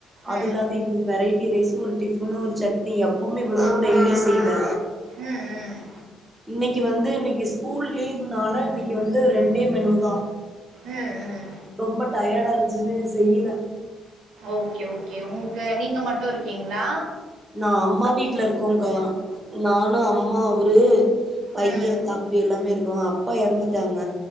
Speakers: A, on the right; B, on the right.
A: அதுல்ல
B: ம்.
A: அது இன்னிக் வெரைட்டி ரைஸ் ஒரு டிஃபன் ஒரு சட்னி எப்பவுமே இவ்வுளோதா டெய்லி செய்வே
B: ம் ம்
A: இன்னைக்கு வந்து இன்னக்கி ஸ்கூல் லீவுனால இன்னக்கி வந்து ரெண் டே மெனுதா
B: ம். ம்.
A: ரொம்ப டயர்டா இருந்ச்சுனு தெய்யில
B: ஓகே ஓகே உங்களுக்கு நீங்க மட்டு இருக்கீங்ளா
A: நா அம்மா வீட்ல இருக்கோங்க்கா நானு அம்மா அவுரு பைய
B: ம்.
A: தம்பி எல்லாமே இருக்கோ அப் ப்பா எறந்துட்டாங்க